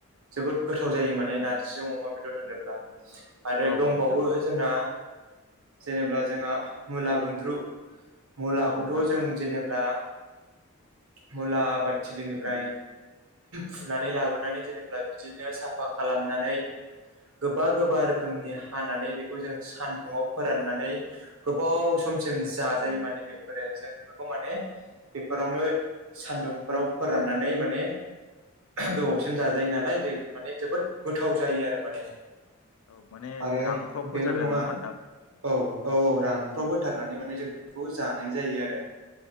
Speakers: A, on the right; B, on the left.
A: जोबोद गोथा थाव जायो माने नारजिजों अमा बेदर होनोब्ला आरो
B: औ
A: दंबावो
B: नोंथां औ
A: जोंना। जेनेब्ला जोंहा मुला गुन्द्रु मुलाखौथ'
B: औ नोंथां
A: जों
B: औ
A: जेनेब्ला
B: <inaudible>
A: मुला आबादथिलिनिफ्राय फुनानै लाबोनानै जेनेब्ला बिदिनो साफ फा खालामनानै गोबा गोबा रोखोमनि हानानै बेखौ जों सान्दुंआव फोराननानै गोबाव सम जाजायो माने बेफोरो जों बेफोरखौ माने बेफोरावनो सानदुंफोराव फोर राननानै माने गोबावसिम जाजायो नालाय जेबि <unintelligible> माने जोबोद गोथाव जायो आरो माने।
B: औ माने
A: आरो
B: रांख्रब
A: बेल'
B: फोथारनाय
A: नङा
B: होमबा नोंथां
A: औ औ औ रानख्राव होथारनानै माने जों बेखौ जानाय जायो आरो।